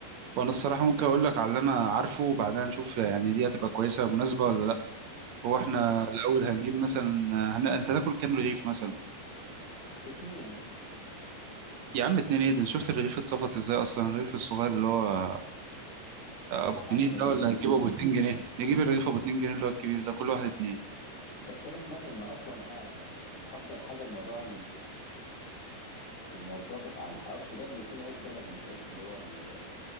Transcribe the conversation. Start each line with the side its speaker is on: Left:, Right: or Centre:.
Right: وانا الصراحة ممكن اقول لك على اللي انا عارفه وبعدها نشوف يعني دي هتبقى كويسة مناسبة ولا لا هو احنا
Left: اه
Right: الاول هنجيب مثلا آه، هن... انت تاكل كام رغيف مثلا
Left: اتنين بس
Right: يا عم اتنين ايه ده شفت الرغيف اتصفط ازاي اصلا الرغيف الصغير اللي هو آه،
Left: ما هو
Right: ابو
Left: انت عارف
Right: جنيه
Left: إن انا
Right: ده
Left: بالليل
Right: ولا هتجيبه ابو اتنين جنيه نجيب الرغيف ابو اتنين جنيه اللي هو الكبير ده كل واحد اتنين
Left: بس انا سمعت ان اصلا آه ال- ال- افضل حاجة الموضوع الموضوع بتاع الحواوشي ده انه يكون عيش بلدي مش عيش اللي هو ال-